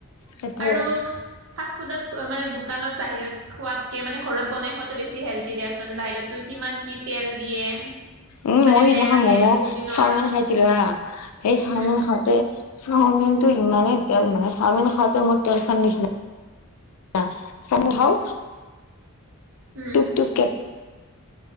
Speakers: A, on the left (about 85°); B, on the right (about 65°).
A: সেইটোৱে
B: আৰু ফাষ্ট ফুডত মানে দোকানত বাহিৰত খোৱাতকে মানে ঘৰত বনাই খোৱাটো বেছি হেল্ডি দিয়া চোন বাহিৰত টো কিমান কি তেল দিয়ে
A: উম
B: মানে
A: মই সিদিনাখন
B: বেয়া
A: ম'ম'
B: তেল বহুত দিনৰ
A: চাওমিন খাইছিলো হা সেই চাওমিন
B: উম,
A: খাও তে চাওমিন টো ইমানেই তেল মানে চাওমিন খাওঁতে মোৰ তেল খোৱাৰ নিচিনা <unintelligible>
B: উম,
A: টুপ টুপ কে